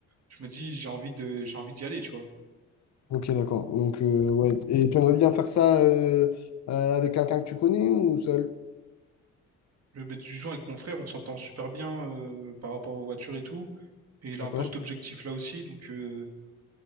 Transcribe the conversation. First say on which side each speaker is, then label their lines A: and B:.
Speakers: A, on the right; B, on the left.
A: je me dis j'ai envie de, j'ai envie d'y aller, tu vois.
B: Ok, d'accord. Donc, euh, ouais. Et t'aimerais bien faire ça euh, euh, avec quelqu'un que tu connais ou seul?
A: Je vais du jour avec mon frère, on s'entend super bien euh, par rapport aux voitures et tout, et il
B: D'accord.
A: a un peu cet objectif-là aussi, donc, euh,